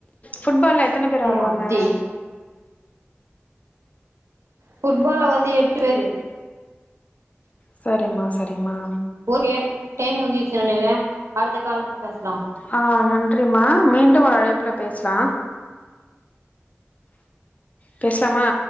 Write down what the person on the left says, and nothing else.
புட்பால்ல எத்தனை பேர்
ஆடுவாங்க
சேரிம்மா சேரிம்மா
ஆ நன்றிம்மா மீண்டும் ஒரு அழைப்புல பேசலா பேசலாமா